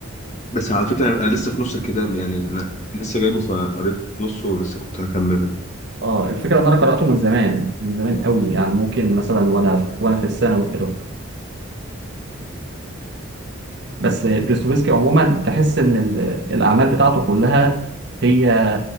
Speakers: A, on the left; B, on the right.
A: بس على فكره انا لسه في نص الكتاب يعني انا لسه جايبه فقريت نصه ولسه كنت هكمله
B: آه الفكرة إن أنا قرأته من زمان من زمان قوي يعني ممكن مثلا وأنا في وأنا في الثانوي كده بس دوستويفسكي عموما تحس إن ال- الأعمال بتاعته كلها هي